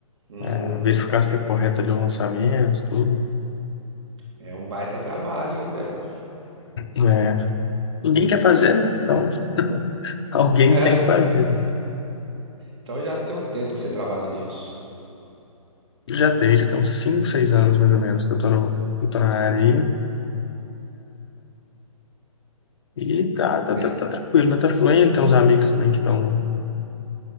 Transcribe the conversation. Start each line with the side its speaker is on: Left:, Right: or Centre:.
Right: Hum,
Left: é, verificar se está correta ali o lançamento, tudo.
Right: é um baita trabalho, hein, velho?
Left: É, ninguém quer fazer, né? Então, <laughs> alguém
Right: <laughs>
Left: tem que fazer.
Right: Então já tem um tempo que você trabalha disso.
Left: Já tem, já tem uns 5 6 anos mais ou menos que eu tô, no, que eu tô na área aí. E tá, tá,
Right: Aí-
Left: tá, tá tranquilo, né? Tá fluindo. Tem uns amigos também que estão